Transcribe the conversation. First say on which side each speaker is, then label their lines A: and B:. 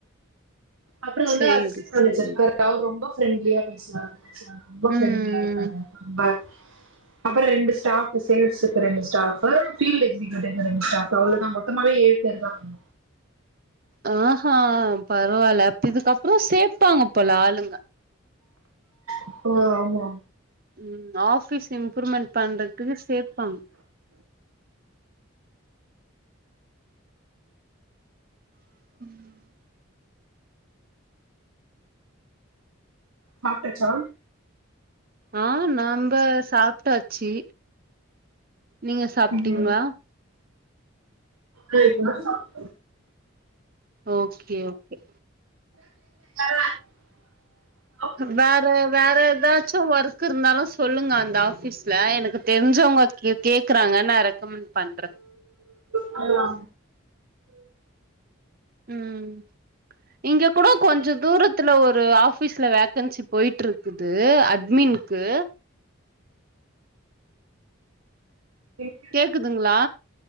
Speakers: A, on the right; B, on the right.
A: அப்பறோ வந்து
B: சேரி
A: அசிஸ்டன்ட் மேனேஜர்
B: சேரி
A: இருக்காரு அவர் ரொம்ப ஃப்ரெண்ட்லியா பேசுவாரு ரொம்ப ஃப்ரெண்ட்லியா
B: ம்
A: இருப்பாரு ரொம்ப அப்பறோ ரெண்டு ஸ்டாஃப்பு சேல்ஸுக்கு ரெண்டு ஸ்டாஃப்பு ஃபீல்டு எக்ஸிக்யூட்டிவ் ரெண்டு ஸ்டா அவ்ளோ தா மொத்தமாவே ஏழு சேர் தாங்க
B: ஆ ஹா பரவாயில்ல இப் இதுக்கப்றோ சேப்பாங்க போல ஆளுங்க
A: இப்பவே ஆமா
B: ம் ஆபீஸ் இம்ப்ரூவ்மெண்ட் பண்றதுக்குனு சேப்பாங்க ம்
A: சாப்டாச்சா
B: ஆ நம்ப சாப்ட்டாச்சு நீங்க சாப்ட்டீங்களா
A: ம் ஆ இப்பதா சாப்
B: ஓகே ஓகே
A: <unintelligible>
B: வேற வேற எதாச்சு ஒர்க்கு இருந்தாலு சொல்லுங்க அந்த ஆபிஸ்ல எனக் க்கு தெரிஞ்சவுங்க கேக் கேக்குறாங்க நா ரெக்கமெண்ட் பண்றே
A: நாங்க தா
B: ம் இங்க கூட கொஞ்ச தூரத்துல ஒரு ஆபீஸ்ல வேல ககன்சி போயிட்ருக்குது அட்மின்க்கு
A: எங்க
B: கேக்குதுங்ளா